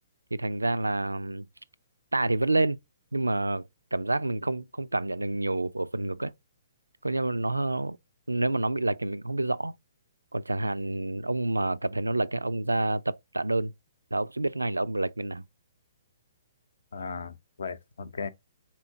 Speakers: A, on the right; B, on the left.
A: thì thành ra là tạ thì vẫn lên nhưng mà cảm giác mình không không cảm nhận được nhiều ở phần ngực ấy còn Coi mà nó nếu mà nó bị lệch thì mình cũng không biết rõ. Còn chẳng hạn ông mà cảm thấy nó lệch cái ông ra tập tạ đơn là ông sẽ biết ngay là ông bị lệch bên nào.
B: à vậy ok